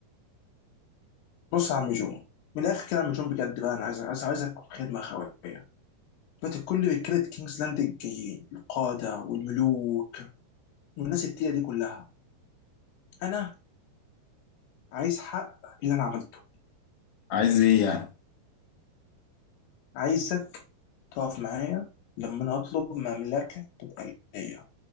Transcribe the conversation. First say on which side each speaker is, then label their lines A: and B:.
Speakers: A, on the left; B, on the left.
A: بص يا عم جون من الاخر كده يا عم جون بجد بقى انا عايز عايز عايزك خدمه اخويه دلوقتي كل رجاله كينجز لاند الجايين القاده والملوك والناس التقيله دي كلها انا عايز حق اللي انا عملته
B: عايز ايه يعني
A: عايزك تقف معايا لما انا اطلب مملكه تبقى ليا